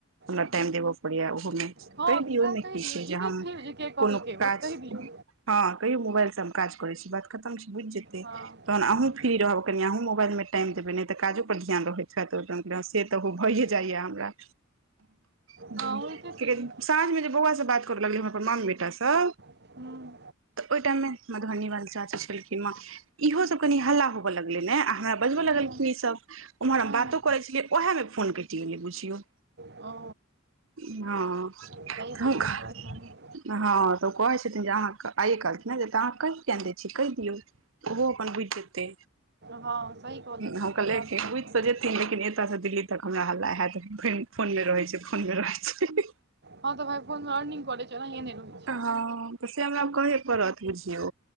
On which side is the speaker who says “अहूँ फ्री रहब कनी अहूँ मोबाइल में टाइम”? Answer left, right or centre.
Right